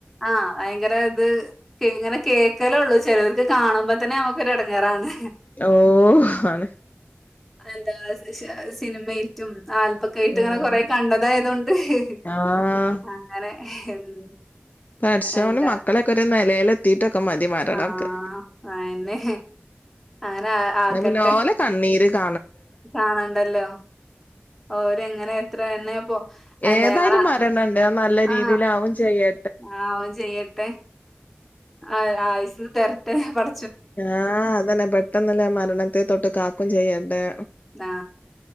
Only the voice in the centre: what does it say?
ആ. ഭയങ്കര ഇത് ഇങ്ങനെ കേൾക്കൽ ഉള്ളൂ ചേലോർക് കാണുമ്പോ തന്നെ നമുക്കൊരു ഇടംങ്ങറാണ്.
അന്താ സി സിനിമയ്റ്റും ആൽബക്കായിട്ടും
അങ്ങനെ കൊറെ കണ്ടതായതൊണ്ട് ഹി ഹി.
അങ്ങനെ ഹെ ഉം
എന്താ
ആ അയന്നെ അങ്ങനെ ആ ആക്കട്ടെ
കാണണ്ടല്ലോ ഓര് എങ്ങനെ എത്ര തന്നെ. പോ എന്താ
ഞങ്ങളെ
ആ
ആവും ചെയ്യട്ടെ. ആ ആയിസ് തതിരട്ടെ പട
ആ